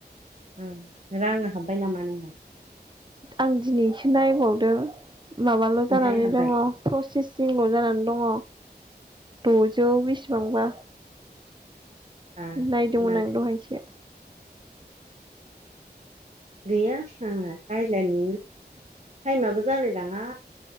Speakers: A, on the right (about 40°); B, on the right (about 25°).
A: ओं रां हाबबाय नामा नोंना?
B: आं दिनैसो नायबावदो। माबाल'
A: ओमफ्राय
B: जानानै
A: हाब्बाय
B: दङ प्रसेसिंल' जानानै दङ। द'जौ बेसेबांबा।
A: आ
B: नायदोंमोन
A: मालाय
B: आं दहायसो।
A: गैया आंना रायलायनो नो टाइमाबो जालाय लाङा।